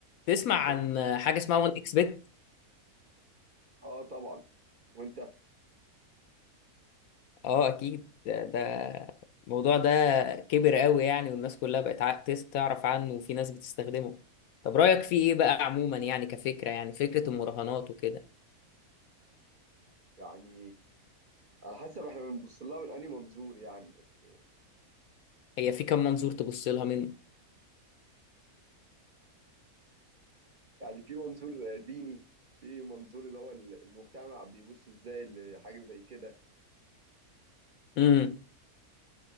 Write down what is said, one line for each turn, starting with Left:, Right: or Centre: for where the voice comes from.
Left: تسمع عن
Right: و-
Left: حاجة اسمها 1 اكس بت
Right: اه طبعا وانت
Left: اه اكيد ده, ده الموضوع ده كبر قوي يعني والناس كلها بقت ع- تس- تعرف عنه وفي ناس بتستخدمه طب رأيك فيه ايه بقى عموما يعني كفكرة يعني فكرة المراهنات وكده
Right: يعني على حسب احنا بنبص لها من انهي منظور يعني بس
Left: هي في كم منظور تبص لها منه
Right: يعني في منظور ديني في منظور اللي هو المجتمع بيبص ازاي لحاجة زي كده
Left: امم